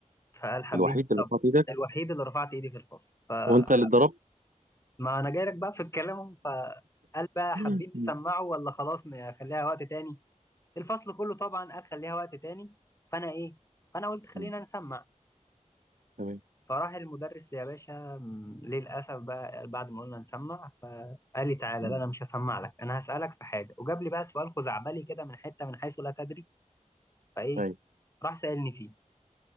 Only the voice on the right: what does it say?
الوحيد اللي
حاطط ايدك
هو انت اللي اتضربت
مم.
مم.
تمام
مم.
ايوه